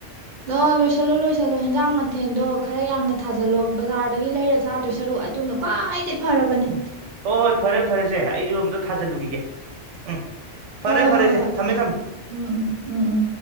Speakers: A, on the right; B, on the right.
A: ꯑ ꯂꯣꯏꯁꯤꯜꯂꯣ ꯂꯣꯏꯁꯤꯜꯂꯣ ꯍꯦꯟꯖꯥꯡ ꯃꯊꯦꯜꯗꯣ ꯈꯔ ꯌꯥꯝꯅ ꯊꯥꯖꯜꯂꯣ ꯕꯖꯥꯔꯗꯒꯤ ꯂꯩꯔ ꯆꯥꯗꯣꯏ ꯁꯔꯨꯛ ꯑꯗꯨꯅ ꯈ꯭ꯋꯥꯏꯗꯒꯤꯩ ꯐꯔꯕꯅꯦ
B: ꯍꯣꯏ ꯍꯣꯏ ꯐꯔꯦ ꯐꯔꯦꯁꯦ ꯑꯩꯁꯨ ꯑꯝꯇ ꯊꯥꯖꯤꯜꯂꯨꯈꯤꯒꯦ ꯎꯝ
A: ꯍꯣꯏ
B: ꯐꯔꯦ ꯐꯔꯦ
A: ꯍꯣꯏ
B: ꯏꯆꯦ
A: ꯍꯣꯏ
B: ꯊꯝꯃꯦ ꯊꯝꯃꯦ
A: ꯎꯝ ꯎꯝ ꯎꯝ ꯎꯝ